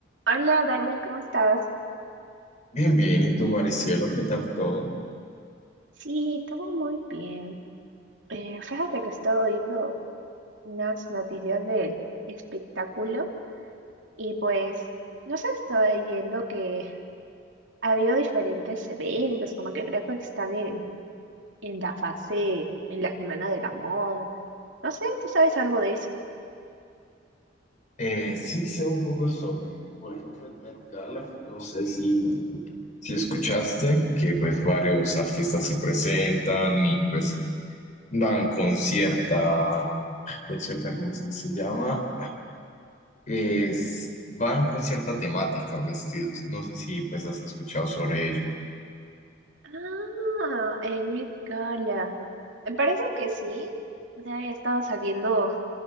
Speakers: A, on the right; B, on the left.
A: Hola Dani, ¿cómo estás?
B: Bien, bien. ¿Y tú, Maricielo, qué tal todo?
A: Sí, todo muy bien. Eh, fíjate que he estado viendo unas noticias del espectáculo y pues, no sé, estoy viendo que ha habido diferentes eventos, como que creo que están en, en la fase, en la semana de la moda. No sé, ¿tú sabes algo de eso?
B: Eh, sí sé un poco sobre, por ejemplo, el Met Gala. No sé si... Si escuchaste que pues varios artistas se presentan y pues dan con cierta, con cierta, ¿cómo es que se llama? Es, van con cierta temática vestidos. No sé si pues has escuchado sobre ello.
A: Ah, el Met Gala. Me parece que sí. O sea, he estado saliendo